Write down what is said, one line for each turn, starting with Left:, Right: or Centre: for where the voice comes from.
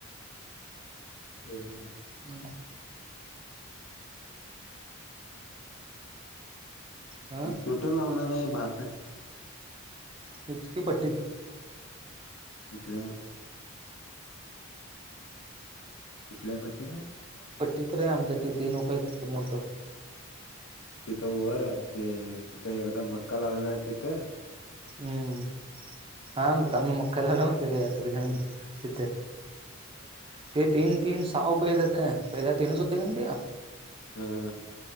Left: हम
Right: हम्म हा
Left: कुठे लावणार आहे भात?
Right: तेचकी पट्टीत
Left: कुठल्या कुठल्या पट्टीला
Right: पट्टी तर आहे आमच्या त तीन उपाय मोठ
Left: तिथं वर ते तिथ एकदा मक्का लावला तिथं
Right: हम्म हा बघ आम्ही मका झाला ना कायात त विधानंत च ते तीन तीन सहा उपय ज पहिल्या तीनच होते का ते
Left: ह